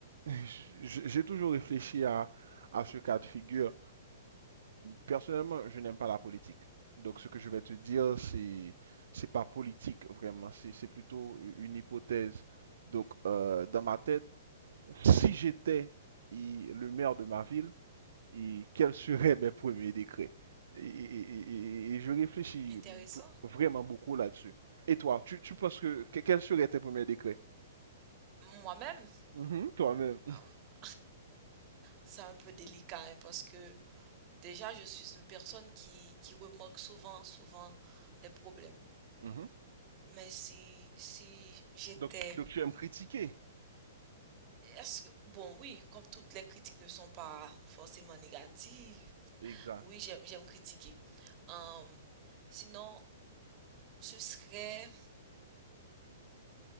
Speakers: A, on the right; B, on the right.
A: J- J'ai toujours réfléchi à, à ce cas de figure. Personnellement, je n'aime pas la politique. Donc, ce que je vais te dire, c'est, c'est pas politique, vraiment. C'est, c'est plutôt une hypothèse. Donc, euh, dans ma tête, si j'étais i- le maire de ma ville, et quels seraient mes premiers décrets? Et, et- et- et je réfléchis
B: Intéressant.
A: v- vraiment beaucoup là-dessus. Et toi, tu, tu penses que, que- quels seraient tes premiers décrets?
B: Moi-même,
A: Mhm, toi-même.
B: euh, c'est un peu délicat hein, parce que déjà, je suis une personne qui, qui remarque souvent, souvent les problèmes.
A: Mhm.
B: Mais si, si j'étais...
A: Donc, tu- donc, tu aimes critiquer.
B: Est-ce que... Bon, oui, comme toutes les critiques ne sont pas forcément négatives,
A: Exact.
B: oui, j'aime, j'aime critiquer. Euh, sinon, ce serait